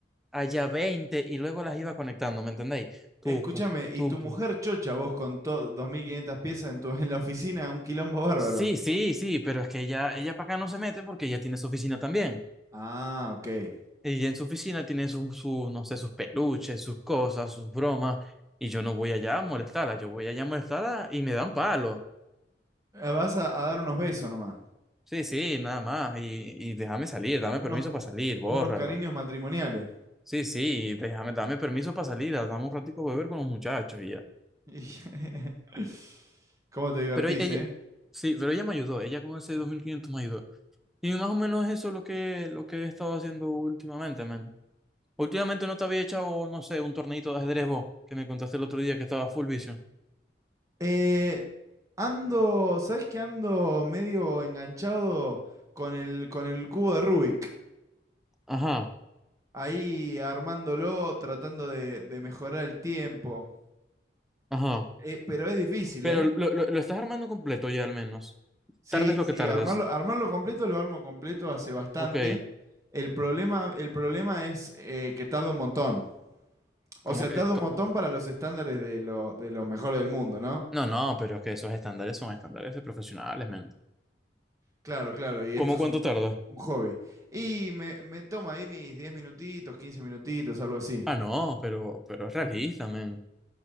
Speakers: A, in the centre; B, on the right.
A: allá 20 y luego las iba conectando, ¿me entendéis? Tuco,
B: Escúchame, y
A: tuco.
B: tu mujer chocha vos con to- 2.500 piezas en, tu, en la oficina, un quilombo bárbaro.
A: Sí, sí, sí, pero es que ella, ella para acá no se mete porque ella tiene su oficina también.
B: Ah, ok. Eh,
A: Ella en su oficina tiene su, su, no sé, sus peluches, sus cosas, sus bromas, y yo no voy allá a molestarla, yo voy allá a molestarla y me dan palo.
B: Vas a, a dar unos besos nomás,
A: Sí, sí, nada más. Y, y déjame salir, dame
B: unos,
A: permiso para salir, bórralo.
B: unos cariños matrimoniales.
A: Sí, sí, déjame, dame permiso para salir, a- dame un ratico a beber con los muchachos y ya.
B: Y- <laughs> ¿Cómo te divertís,
A: Pero e- ella,
B: eh?
A: sí, pero ella me ayudó, ella con ese 2500 me ayudó. Y más o menos eso es lo que, lo que he estado haciendo últimamente, men. Últimamente no te había echado, no sé, un torneito de ajedrez vos, que me contaste el otro día que estaba full vision.
B: Eh, ando, ¿sabés que ando medio enganchado con el, con el cubo de Rubik?
A: Ajá,
B: Ahí armándolo, tratando de, de mejorar el tiempo.
A: ajá.
B: Eh, pero es difícil,
A: Pero
B: ¿eh?
A: lo, lo, lo estás armando completo ya al menos.
B: Sí,
A: Tardes lo
B: sí,
A: que tardes.
B: armarlo, armarlo completo, lo armo completo hace bastante.
A: Ok,
B: El problema, el problema es eh, que tarda un montón. O
A: como
B: sea,
A: que,
B: tarda
A: co-
B: un montón para los estándares de, lo- de los mejores del mundo, ¿no?
A: No, no, pero es que esos estándares son estándares de profesionales, men.
B: Claro, claro, y
A: ¿Cómo
B: esto es
A: cuánto
B: un,
A: tardas?
B: un hobby. Y me, me toma ahí mis 10 minutitos, 15 minutitos, algo así.
A: Ah, no, pero, pero es realista, men.